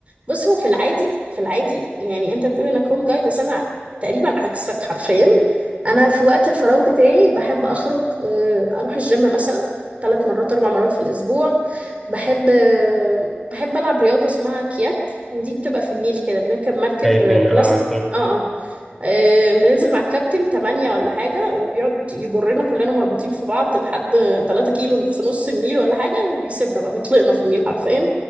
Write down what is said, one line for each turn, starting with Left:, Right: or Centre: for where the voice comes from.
Right: بص هو في العادي في العادي يعني أنت بتقول إنك هوم جاي بس أنا تقريبا عكسك حرفيا أنا في وقت الفراغ بتاعي بحب أخرج آه، أروح الجيم مثلا ثلاث مرات أربع مرات في الأسبوع بحب آه، بحب ألعب رياضة اسمها كياك دي بتبقى في النيل كده بنركب مركب
Centre: هايكنج
Right: آه، بلاستيك
Centre: اه عارفه
Right: اه اه آه، بننزل مع الكابتن تمانية ولا حاجة وبيقعد يجرنا كلنا مربوطين في بعض لحد تلاتة كيلو في نص النيل ولا حاجة وبيسيبنا بقى بيطلقنا في النيل حرفيا